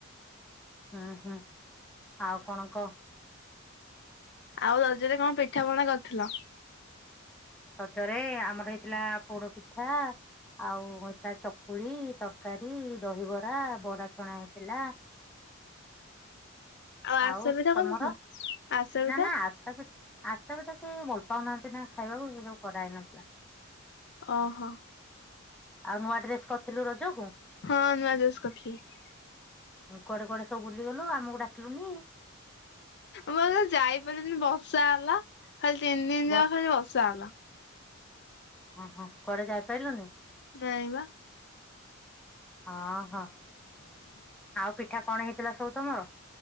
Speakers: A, in the centre; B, on the left (about 55°).
A: ହୁଁ, ହୁଁ ଆଉ କଣ କହ?
B: ଆଉ ରଜରେ କଣ ପିଠା ପଣା କରିଥିଲ?
A: ରଜରେ ଆମର ହେଇଥିଲା ପୋଡପିଠା। ଆଉ ହେଇଥିଲା ଚକୁଳି, ତରକାରୀ, ଦହିବରା, ବରା ଛଣା ହେଇଥିଲା।
B: ଆରିସା
A: ଆଉ
B: ପିଠା
A: ତୋମର?
B: କରିନଥିଲ? ଆରିସା ପିଠା
A: ନା ନା ଆ ସାପି ଆରସା ପିଠା କି ଭଲ ପାଉନାହାନ୍ତି ନା ଖାଇବାକୁ ସେ <unintelligible> କରାହେଇନଥିଲା।
B: ଓହୋ।
A: ଆଉ ନୂଆ ଡ୍ରେସ୍ କରିଥିଲୁ ରଜକୁ?
B: ହଁ ନୂଆ ଡ୍ରେସ୍ କରିଥିଲି।
A: ଉଁ, କୁଆଡେ କୁଆଡେ ସବୁ ବୁଲିଗଲୁ ଆମକୁ ଡାକିଲୁନି?
B: ମୁଁ ତ ଯାଇପାରିଲିନି ବର୍ଷା ହେଲା, ଖାଲି ତିନି ଦିନ
A: ବ
B: ଯାକ ଖାଲି ବର୍ଷା ହେଲା।
A: ହଁ, ହଁ କୁଆଡେ ଯାଇପାଇଲୁନି?
B: ନାଇଁ ବା।
A: ଓ ହୋ। ଆଉ ପିଠା କଣ ହେଇଥିଲା ସବୁ ତୋମର।